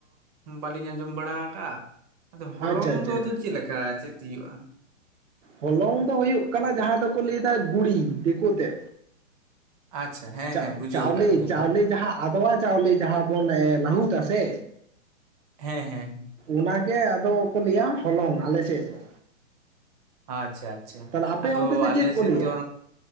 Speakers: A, on the right; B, on the right.
A: ᱵᱟᱹᱞᱤᱧ ᱟᱸᱡᱚᱢ ᱵᱟᱲᱟ ᱟᱠᱟᱜ ᱟ ᱟᱫᱚ ᱦᱚᱞᱚᱝ
B: ᱟᱪᱪᱷᱟ ᱟᱪᱪᱷᱟ
A: ᱫᱚ ᱟᱫᱚ
B: ᱟᱪᱪᱷᱟ
A: ᱪᱮᱫ ᱞᱮᱠᱟ ᱪᱮᱫ ᱛᱤᱭᱩᱜᱼᱟ
B: ᱦᱚᱞᱚᱝ ᱫᱚ ᱦᱩᱭᱩᱜ ᱠᱟᱱᱟ ᱡᱟᱦᱟᱸ ᱫᱚᱠᱚ ᱞᱟᱹᱭᱫᱟ ᱜᱩᱲᱤ ᱫᱤᱠᱩ ᱛᱮ
A: ᱟᱪᱪᱷᱟ ᱦᱮᱸ
B: ᱪᱟᱜ
A: ᱦᱮᱸ ᱵᱩᱡᱷᱟᱹᱣ
B: ᱪᱟᱣᱞᱮ
A: ᱟᱠᱟᱫ ᱜᱮᱭᱟᱞᱤᱧ
B: ᱪᱟᱣᱞᱮ ᱡᱟᱦᱟᱸ ᱟᱫᱣᱟ ᱪᱟᱣᱞᱮ ᱡᱟᱦᱟᱸ ᱵᱚᱱ ᱞᱟᱹᱦᱩᱫᱟ ᱥᱮ
A: ᱦᱮᱸ ᱦᱮᱸ
B: ᱚᱱᱟᱜᱮ ᱟᱫᱚ ᱠᱚ ᱞᱟᱹᱭᱟ ᱦᱚᱞᱚᱝ ᱟᱞᱮ ᱥᱮᱫ ᱫᱚ
A: ᱟᱪᱪᱷᱟ ᱟᱪᱪᱷᱟ
B: ᱛᱟᱦᱚᱞᱮ ᱟᱯᱮ
A: ᱟᱫᱚ
B: ᱚᱱᱛᱮ ᱫᱚ
A: ᱟᱞᱮ
B: ᱪᱮᱫ ᱠᱚ
A: ᱥᱮᱫ
B: ᱞᱟᱹᱭᱟ
A: ᱫᱚ